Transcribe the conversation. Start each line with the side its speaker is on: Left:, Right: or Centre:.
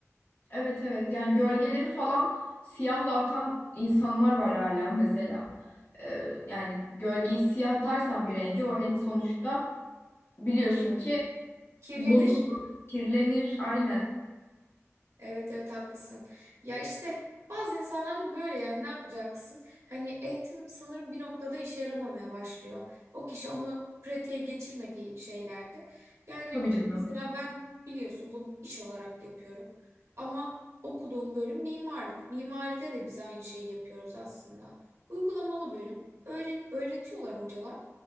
Left: evet evet yani gölgeleri falan siyahla atan insanlar var hala <laughs> mesela. E, yani gölgeyi siyah atarsan
Right: Evet
Left: bir rengi o
Right: ya.
Left: renk sonuçta biliyorsun ki
Right: Kirlenir.
Left: bozulur, kirlenir aynen.
Right: Evet evet haklısın. Ya işte bazı insanlar da böyle yani ne yapacaksın? Hani eğitim sanırım bir noktada işe yaramamaya başlıyor. O kişi onu pratiğe geçirmediği şeylerde. Yani
Left: Tabii canım.
Right: mesela ben biliyorsun bunu iş olarak yapıyorum. Ama okuduğum bölüm mimarlık. Mimaride de biz aynı şeyi yapıyoruz aslında. Uygulamalı bölüm. Öğren öğretiyorlar hocalar.